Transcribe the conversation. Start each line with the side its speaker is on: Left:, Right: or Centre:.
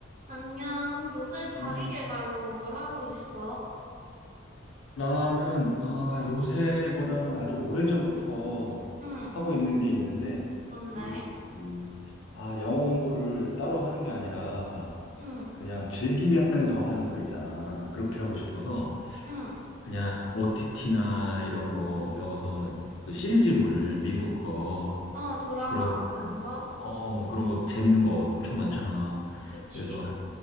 Right: 안녕. 요새 자기
Left: 그냥
Right: 개발로 뭘 하고 있어?
Left: 나는 아
Right: 응,
Left: 요새보다는 아주 오래전부터
Right: 응.
Left: 하고 있는 게 있는데
Right: 뭔데?
Left: 그, 음, 아 영어 공부를 따로 하는 게 아니라
Right: 응,
Left: 그냥 즐기면서 하는 거 있잖아. 그렇게 하고 싶어서
Right: 응.
Left: 그냥 OTT나 이런 거 여기서 그 시리즈물 미국 거
Right: 어, 드라마
Left: 그런 거,
Right: 같은 거?
Left: 어 그런 거 재밌는 거 엄청 많잖아.
Right: 그치?
Left: 그래서